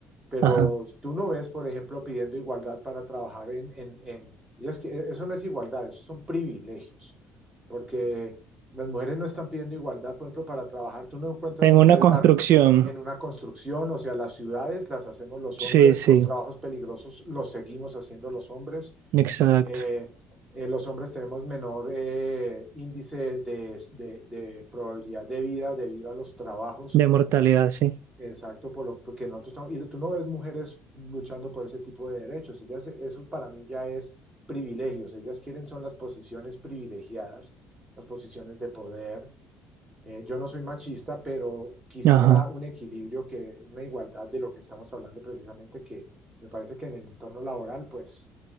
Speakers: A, on the right; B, on the right.
A: pero
B: ajá,
A: tú no ves, por ejemplo, pidiendo igualdad para trabajar en, en, en- ellas que eso no es igualdad, eso son privilegios, porque las mujeres no están pidiendo igualdad, por ejemplo, para trabajar, tú no encuentras
B: en
A: mujeres
B: una construcción,
A: bar en una construcción, o sea, las ciudades las hacemos los
B: sí,
A: hombres,
B: sí,
A: los trabajos peligrosos los seguimos haciendo los hombres.
B: exacto.
A: Eh, eh, los hombres tenemos menor eh, índice de, de- de probabilidad de vida debido a los trabajos,
B: De mortalidad, sí.
A: exacto, por lo porque nosotros tra- y tú no ves mujeres luchando por ese tipo de derechos, ellas, eso para mí ya es privilegios, ellas quieren son las posiciones privilegiadas, las posiciones de poder, eh, yo no soy machista, pero quisiera
B: Ajá.
A: un equilibrio, que, una igualdad de lo que estamos hablando precisamente, que me parece que en el entorno laboral, pues